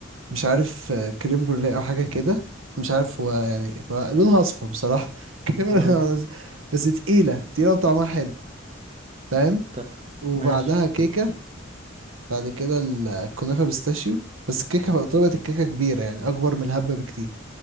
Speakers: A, on the right (about 85°); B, on the right (about 35°).
A: مش عارف آه، كريم بروليه او حاجه كده مش عارف هو يعني هو لونها اصفر بصراحه <laughs> كريم لونها
B: اه
A: أصفر. بس تقيله تقيله وطعمها حلو فاهم
B: تمام
A: وبعدها
B: ماشي
A: كيكه بعد كده الكنافه بيستاشيو بس الكيكه طلبت الكيكه كبيره يعني اكبر من الهبه بكتير